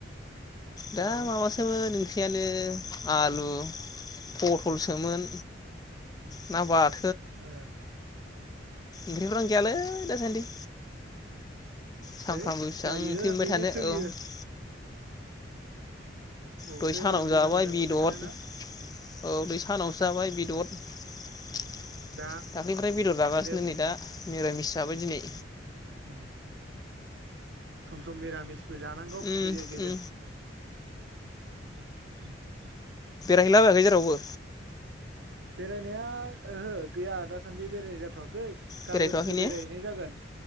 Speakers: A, on the left; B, on the right.
A: दा
B: औ ओ
A: माबासोमोन ओख्रियानो आलु पथलसोमोन ना बाथ
B: ओ
A: ओंख्रिफोरानो गैयालै दासान्दि सानफ्रामबो
B: है
A: बेसेबां
B: जायो
A: ओंख्रि मोनबाय
B: बेनो सोलियो बबावथो
A: दइ सानाव
B: मोजां
A: जाबाय
B: मोजां
A: बेदर
B: मोनबाय
A: औ
B: थानोना
A: दय सानाव जाबाय बेदर दाखालिनिफ्राय
B: दा
A: बेदर
B: ओंखायनो
A: जागासिनो नै दा मिरामिस जाबाय दिनै
B: उम सम सम मिरामिस बो जानांगौ
A: उम
B: गेजेर गेजेर
A: उम
B: <unintelligible>
A: गाहैलाबायाखै जेरावबो
B: बेरायनाया ओहो गैया दासान्दि बेरायनाय जाथवाखै गाबोनसो
A: बेरायथ'वाखै ने
B: बेरायहैनाय जागोन